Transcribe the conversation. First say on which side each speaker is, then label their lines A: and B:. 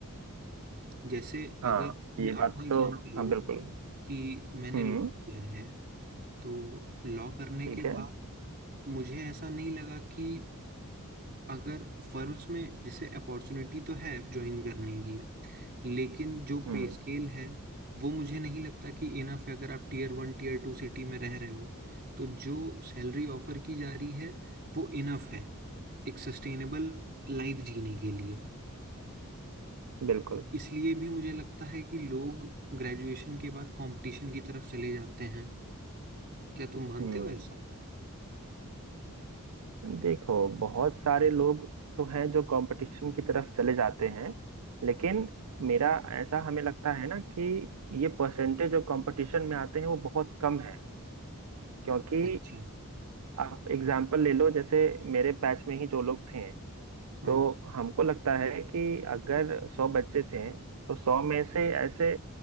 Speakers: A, on the right; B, on the right.
A: जैसे
B: हाँ
A: अगर मैं
B: ये बात
A: अपना एग्जांपल
B: तो हाँ
A: लूं
B: बिल्कुल
A: कि मैंने
B: हम्म
A: लॉ किया है तो लॉ करने
B: ठीक
A: के
B: है
A: बाद मुझे ऐसा नहीं लगा कि अगर फर्म्स में जैसे अपॉर्चुनिटी तो है ज्वाइन करने की लेकिन जो
B: हम्म
A: पे स्केल है वो मुझे नहीं लगता कि इनफ है अगर आप tier one tier two city में रह रहे हो तो जो सैलरी ऑफर की जा रही है वो इनफ है एक सस्टेनेबल लाइफ जीने के लिए
B: बिल्कुल
A: इसलिए भी मुझे लगता है कि लोग ग्रेजुएशन के बाद कंपटीशन की तरफ चले जाते हैं क्या तुम मानते
B: हम्म
A: हो ऐसा
B: देखो बहुत सारे लोग तो हैं जो कंपटीशन की तरफ चले जाते हैं लेकिन मेरा ऐसा हमें लगता है ना कि ये परसेंटेज जो कंपटीशन में आते हैं वो बहुत कम है क्योंकि
A: अच्छा
B: आप एग्जाम्पल ले लो जैसे मेरे बैच में ही जो लोग थे
A: हाँ
B: तो हमको लगता है कि अगर सौ बच्चे थे तो सौ में से ऐसे